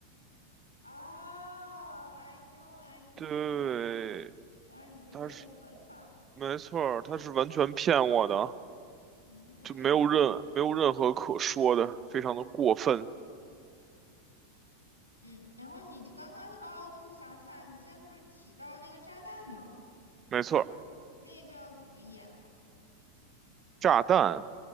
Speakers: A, on the left (about 85°); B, on the right (about 25°).
A: 啊 i know, I know，
B: 对，
A: 当然你被骗的可惨了。
B: 他是没错儿，他是完全骗我的，
A: 嗯
B: 就没有任没有任何可说的，非常的过分，
A: 嗯，然后你刚刚哦，对，我想起来了，你现在不是提到那个炸弹吗？
B: 没错儿，
A: 那一段要怎么演啊？
B: 炸弹。